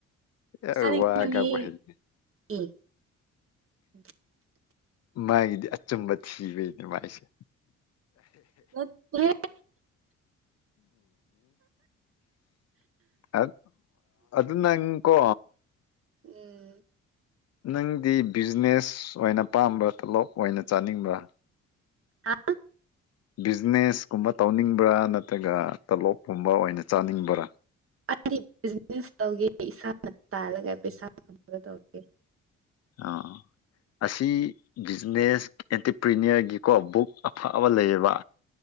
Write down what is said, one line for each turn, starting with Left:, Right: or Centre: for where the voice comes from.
Left: ꯌꯥꯝ
Right: ꯁꯅꯤꯡꯉꯅꯤ
Left: ꯋꯥ ꯉꯥꯡꯕ ꯍꯩꯇꯦ
Right: ꯏ <unintelligible>
Left: ꯃꯥꯒꯤꯗꯤ ꯑꯆꯨꯝꯕ ꯊꯤꯕꯩꯅꯦ ꯃꯥꯏꯁꯦ
Right: ꯅꯠꯇꯦ
Left: ꯑꯨꯝ ꯍꯨꯝ ꯑꯗꯨ ꯅꯪꯀꯣ
Right: ꯑꯨꯝ
Left: ꯅꯪꯗꯤ ꯕꯤꯖꯤꯅꯦꯁ ꯑꯣꯏꯅ ꯄꯥꯝꯕ꯭ꯔꯥ ꯇꯣꯂꯣꯞ ꯑꯣꯏꯅ ꯆꯥꯅꯤꯡꯕ꯭ꯔꯥ
Right: ꯍꯥ
Left: ꯕꯤꯖꯤꯅꯦꯁ ꯀꯨꯝꯕ ꯇꯧꯅꯤꯡꯕ꯭ꯔꯥ ꯅꯠꯇ꯭ꯔꯒ ꯇꯣꯂꯣꯞꯀꯨꯝꯕ ꯑꯣꯏꯅ ꯆꯥꯅꯤꯡꯕ꯭ꯔꯥ
Right: ꯑꯩꯗꯤ ꯕꯤꯖꯤꯅꯦꯁ ꯇꯧꯒꯦ ꯏꯁꯥꯅ ꯇꯥꯜꯂꯥꯒ ꯄꯩꯁꯥ ꯐꯪꯕꯥꯗꯣ ꯇꯧꯒꯦ
Left: ꯑꯥ ꯑꯁꯤ ꯕꯤꯖꯤꯅꯦꯁ ꯑꯦꯟꯇꯔꯄ꯭ꯔꯤꯅꯣꯔꯒꯤꯀꯣ ꯕꯨꯛ ꯑꯐꯕ ꯂꯩꯌꯦꯕ